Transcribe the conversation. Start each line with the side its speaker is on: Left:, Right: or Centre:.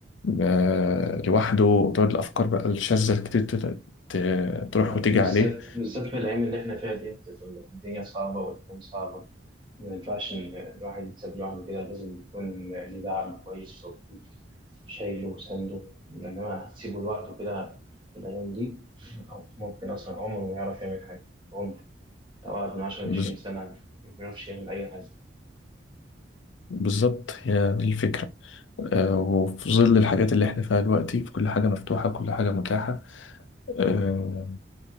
Left: آه، لوحده تقعد الأفكار بقى الشاذة اللي كتير تت- ت- تروح
Right: أيوة،
Left: وتيجي
Right: بالذات
Left: عليه
Right: بالذات في الأيام اللي إحنا فيها ديت الدنيا صعبة والأيام صعبة ما ينفعش إن الواحد يتساب لوحده كده لازم يكون ليه دعم كويس موجود شايله وسنده لأنما هتسيبه لوحده كده في الأيام دي ممكن أصلا عمره ما يعرف يعمل حاجة عمره لو قعد من عشرة لعشرين
Left: بز-
Right: سنة ما بيعرفش يعمل أي حاجة
Left: بالظبط هي دي الفكرة آه، وفي ظل الحاجات اللي احنا فيها دلوقتي في كل حاجة مفتوحة كل حاجة متاحة آه،